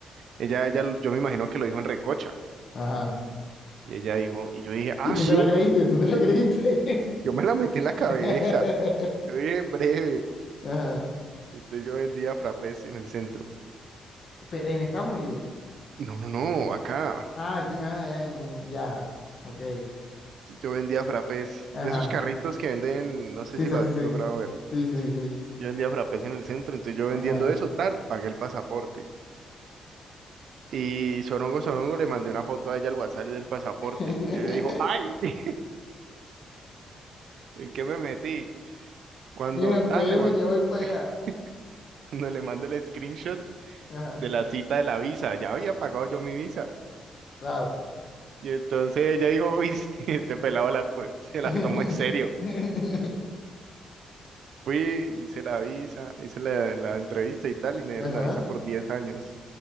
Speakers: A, on the right; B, on the left.
A: Ella, ella, yo me imagino que lo dijo en recocha.
B: Ajá.
A: Y ella dijo, y yo dije, ah,
B: Y tú
A: sí,
B: te la creíste, tú te la creíste.
A: yo me la metí en la cabeza.
B: <laughs>
A: Yo dije, breve.
B: Ajá.
A: Entonces yo vendía frapés en el centro.
B: Pe- En Estados Unidos.
A: No, no, no, acá.
B: Ah, aquí, ah, ya, en- en- ya. Ok.
A: Yo vendía frapés.
B: Ajá.
A: De esos carritos que venden, no sé
B: Sí,
A: si
B: sí,
A: lo has
B: sí, sí.
A: logrado ver.
B: Sí, sí, sí.
A: Yo vendía frapés en el centro, entonces yo vendiendo
B: Ajá.
A: eso, tal, pagué el pasaporte. Y Sorongo Sorongo le mandé una foto a ella al WhatsApp del pasaporte.
B: <laughs>
A: Y ella dijo, ay, <laughs> ¿en qué me metí? Cuando
B: Mira, espéreme
A: tan le mandé...
B: que voy para
A: <laughs>
B: allá.
A: Cuando le mando el screenshot,
B: Ajá,
A: de la cita de la visa, ya había pagado yo mi visa.
B: claro.
A: Y entonces ella dijo, uy, <laughs> sí, este pelado la, cu- se
B: Eh,
A: la tomó en serio.
B: <laughs>
A: Fui, hice la visa, hice la, la entrevista y tal, y me dieron
B: Ajá.
A: la visa por diez años.